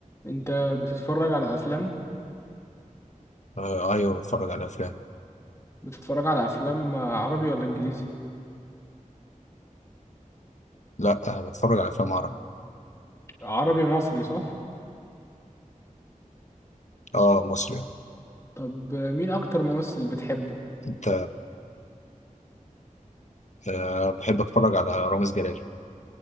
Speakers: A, on the left; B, on the left.
A: انت بتتفرج على افلام
B: آه ايوه بتفرج على افلام
A: بتتفرج على افلام عربي ولا انجليزي
B: لا آه بتفرج على افلام عربي
A: عربي مصري صح
B: اه مصري
A: طب مين اكتر ممثل بتحبه
B: انت آه بحب اتفرج على رامز جلال